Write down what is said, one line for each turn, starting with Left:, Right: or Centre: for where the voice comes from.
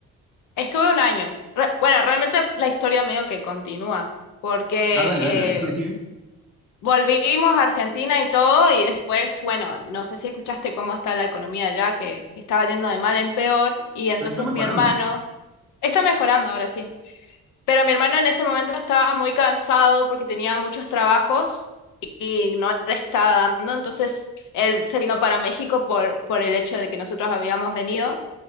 Left: estuve un año. Re- bueno, realmente la historia medio que continúa, porque...
Centre: Ah, dale,
Left: eh,
Centre: dale, a ver, sigue, sigue.
Left: Volvimos a Argentina y todo, y después, bueno, no sé si escuchaste cómo está la economía allá, que, que estaba yendo de mal en peor, y entonces
Centre: Pero está mejorando.
Left: mi hermano, está mejorando ahora sí, pero mi hermano en ese momento estaba muy cansado porque tenía muchos trabajos y, y no le estaba dando, entonces él se vino para México por, por el hecho de que nosotros habíamos venido.